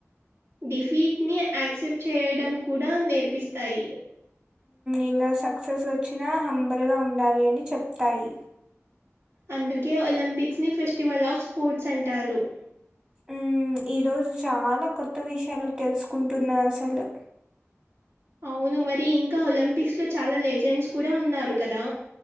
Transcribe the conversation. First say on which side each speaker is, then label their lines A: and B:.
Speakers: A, on the right (about 60°); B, on the right (about 20°).
A: డిఫీట్ని యాక్సెప్ట్ చేయడం కూడా నేర్పిస్తాయి.
B: ఇంకా సక్సెస్ వచ్చినా హంబుల్గా ఉండాలి అని చెప్తాయి.
A: అందుకే ఒలింపిక్స్ ని ఫెస్టివల్ ఆఫ్ స్పోర్ట్స్ అంటారు.
B: ఉ ఈ రోజు చాలా కొత్త విషయాలు తెలుసుకుంటున్నా అసలు.
A: అవును మరి ఇంకా ఒలింపిక్స్లో చాలా లెజెండ్స్ కూడా ఉన్నారు కదా.